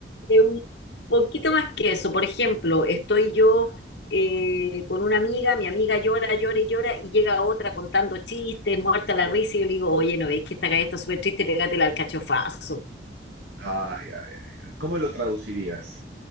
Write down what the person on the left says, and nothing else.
Eh, un poquito más que eso. Por ejemplo, estoy yo eh, con una amiga, mi amiga llora, llora y llora, y llega otra contando chistes, muerta la risa, y yo le digo, oye, ¿no veis que esta calle está súper triste? Pégate el alcachofazo.